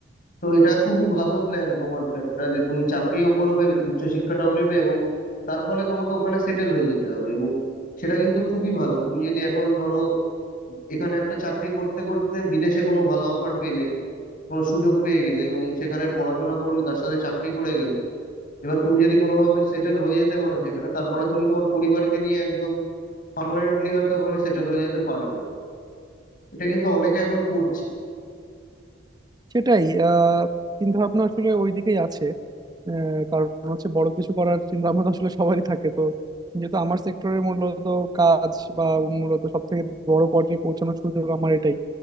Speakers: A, on the left (about 50°); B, on the right (about 20°).
A: তো এটা খুবই ভালো প্ল্যান তোমার একটা যে তুমি চাকরিও করবে উচ্চশিক্ষাটাও নেবে এবং তার ফলে তোমাকে ওখানে সেটেল হয়ে যেতে হবে এবং সেটা কিন্তু খুবই ভালো তুমি যদি এখন ধরো এখানে একটা চাকরি করতে করতে বিদেশে কোনো ভালো অফার পেলে কোনো সুযোগ পেয়ে গেলে এবং সেখানে পড়াশোনা করলে তার সাথে চাকরি করে গেলে এবার তুমি যদি কোনোভাবে সেটেল হয়ে যেতে পারো সেখানে তারপরে তুমি তোমার পরিবারকে নিয়ে একদম পার্মানেন্টলি হয়তো ওখানে সেটেল হয়ে যেতে পারবে এটা কিন্তু অনেকে এখন করছে
B: সেটাই আহ চিন্তা ভাবনা আসলে ওইদিকেই আছে আহ, কারণ হচ্ছে বড় কিছু করার চিন্তা ভাবনা তো আসলে সবারই থাকে তো যেহেতু আমার সেক্টরের মূলত কাজ বা মূলত সব থেকে বড় পর্যায়ে পৌঁছানোর সুযোগ আমার এটাই